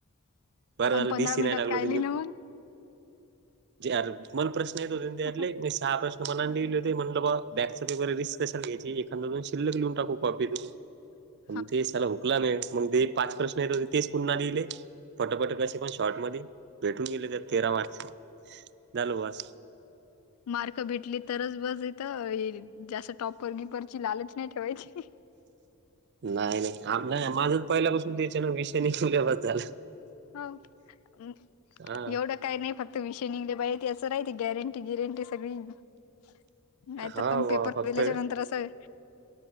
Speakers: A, on the right; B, on the left.
A: बरं
B: आणि
A: झालं
B: पंधरा
A: डी सी
B: मिनिटात
A: नाही लागल
B: काय
A: तुमही
B: लिहिलं
A: र मल प्रश्न येतो त्यातले
B: मग
A: सहा प्रश्न मं हो म्हटलं बाबा बॅकचा पेर रिस् कशला घ्याचीखा्याून शिल्लक लिहून टाकूॉपतून
B: <inaudible>
A: पण ते त्याला हकला नाही मग ते पाच प्रश्न येत होते तेच पुन्हा लिहिले फटोफट कसे पण शॉर्ट मध्ये भेटून गेले तर तेरा मार्च झाल बस
B: मार्क भेटली तरच बस येतं जास्त टॉप वगीपरची लालच नाही ठेवायची
A: नाही नाही आ नाही माझा पहिल्यापासून तेच आहे ना विषय निघल्यावा त्याला
B: हो एवढं
A: हा
B: काय नाही फक्त विषय निघले बाहि ते असं राही ती गॅरंटी गिरंटी सगळी नाहीतर
A: हा
B: तम
A: वा
B: पेपर
A: फक्त
B: दिल्याच्या नंतर असं